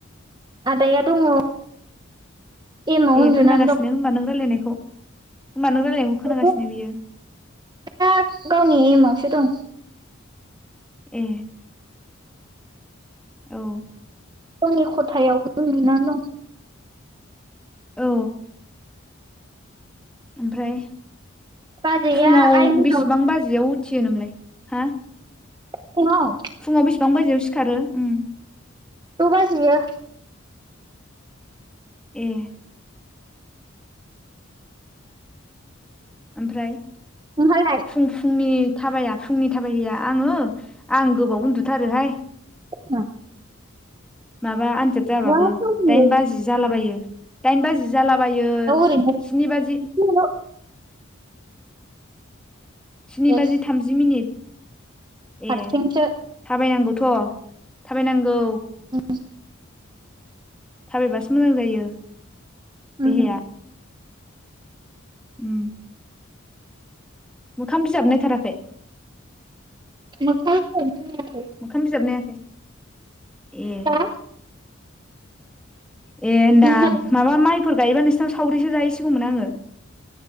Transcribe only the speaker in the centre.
ए
खोनागासिनो होनोमबा नों रायलायनायखौ होनबा नों रायलायनायखौ
खोनागासिनो बियो
ए औ
औ ओमफ्राय
फुङाव
बेसेबां बाजियाव उथियो नोंलाय? हा
फुङाव बेसिबां बाजियाव सिखारो उम?
ए। ओमफ्राय
फुं फुंनि थाबाया फुंनि थाबायहैया आङो आं गोबाव उन्दुथारोहाय
माबा आनजाद जाबाबो
दाइन बाजि जालाबायो। दाइन बाजि जालाबायो
स्नि बाजि
स्नि
बाजि थामजि मिनिट ए
थाबायनांगौथ' थाबायनांगौ।
थाबायबासो मोजां जायो
देहाया उम मोखाम बिजाब नायथाराखै?
मोखां बिजाबनायाखै ए
ए होनदां
माबा माइफोर गायोबा <inaudible> नोंसनावसो सावरिसो जाहैसिगौमोन आङो